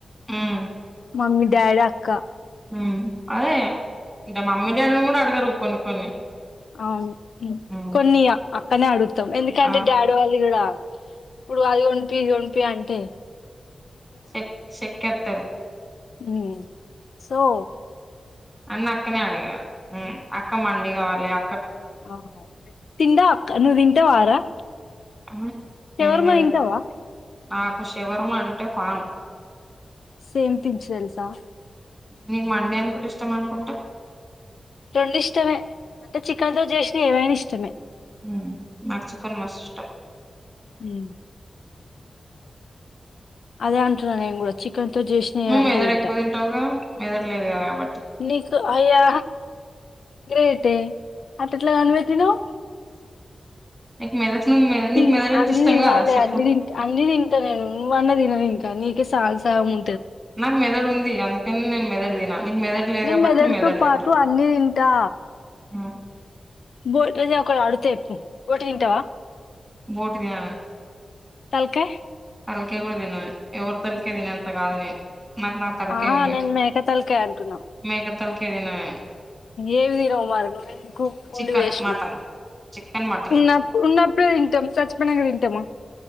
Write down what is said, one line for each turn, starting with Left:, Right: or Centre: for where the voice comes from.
Centre: ఉమ్
Left: మమ్మీ, డాడీ, అక్కా
Centre: ఉ అదే ఇట మమ్మీ దాడింకూడా ఆడ్ గారు కొన్ని కొన్ని
Left: అవును
Centre: ఉమ్
Left: కొనీ ఆ కనే అడు త్తం ఎందుకంటే
Centre: ఆ
Left: డాడీ వాళ్ళు కూడా ఇప్పుడు అది కొంపి ఇది కొంపి అంటే.
Centre: సెక్ సెకెతరు
Left: ఉ ఓ
Centre: అన్న అక్కనే అడిగాలీ ఉ అక్క మడి కావాలి అ
Left: ఆహా తిండా నువ్వు తింటావా ర
Centre: ఉమ్
Left: శవర్మ
Centre: ఏంటిదది
Left: తింటవా
Centre: నాకు షవర్మ అంటే పానం
Left: సేమ్ పించ్ తెలుసా
Centre: నీకు మండి అనికుంట ఇష్టం అనుకుంటా
Left: రెండు ఇష్టమే, అంటే చికెన్తో చేసినై ఏవైనా ఇష్టమే.
Centre: ఉమ్ నాకు చికన్ మస్తు ఇష్టం.
Left: హ్మ్ అదే అంటున్న నేను కూడా చి కన్ తో చేసినవి
Centre: నువ్వు
Left: ఏవైనా
Centre: మెదడు
Left: తింట
Centre: ఎక్కువ తింటావుగా మెదడు లేదు కదా కాబట్టి
Left: నీకు అయా గ్రేటె అట్ట ఎట్ల కనిపెట్టినవ్
Centre: నీకు మెద నువ్వు
Left: తిన్
Centre: నీకు మెదడు అంటే
Left: అన్ని
Centre: ఇష్టం
Left: తినాలి
Centre: కాదా చెప్పు
Left: అన్ని తింట అన్ని తింటా నేను నువ్వన్న తినవు ఇంకా కానీకి సాల్ సాగము
Centre: నాకు మెదడు ఉంది అందుకని నేను మెదడు తిన, నీకు మెదడు లేదు
Left: నేను
Centre: కాబట్టి
Left: మెదడుతో
Centre: నువ్వు మెదడు
Left: పాటు
Centre: తింటవ్
Left: అన్ని తింటా
Centre: ఉమ్
Left: బోటది ఒకటి అడుగుత చెప్పు బోటి తింటవా
Centre: బోటినాన
Left: తలకాయ్
Centre: తలకాయ్ కూడా తిన నేను, ఎవరు తలకాయ్ తినే అంత కాదు నేను. నాకు నా తలకాయ
Left: ఆహా
Centre: ఉంది
Left: నేను మేక తలకాయ్ అంటున్నా
Centre: మేక తలకాయ తిన నేను
Left: ఏవి తినవ్ మరి నువ్వెందుకు
Centre: చికెన్
Left: ఉండి వేస్ట్
Centre: మటన్
Left: నువ్,
Centre: చికెన్ మటన్
Left: ఉన్నప్పు ఉన్నప్పుడే తింటం సచ్చిపోయినంక తింటమా